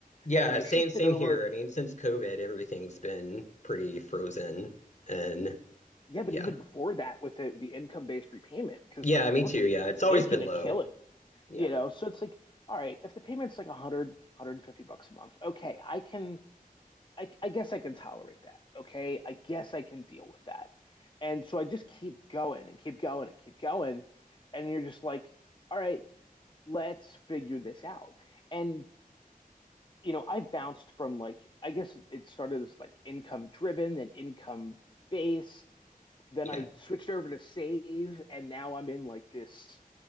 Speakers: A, on the left; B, on the left.
A: Yeah,
B: And then I
A: same
B: shifted
A: same
B: over.
A: here. I mean, since COVID, everything's been pretty frozen, and
B: Yeah.
A: yeah,
B: But even before that with the, the income based repayment, because
A: yeah,
B: like I
A: me
B: wasn't
A: too. Yeah, it's always
B: making
A: been
B: a
A: low.
B: killing.
A: Yeah,
B: You know, so it's like, all right, if the payment's like 100, 150 bucks a month, okay, I can, I, I guess I can tolerate that. Okay, I guess I can deal with that. And so I just keep going and keep going and keep going. And you're just like, all right, let's figure this out. And, you know, I've bounced from like, I guess it started as like income driven and income based. Then
A: yeah,
B: I switched over to save. And now I'm in like this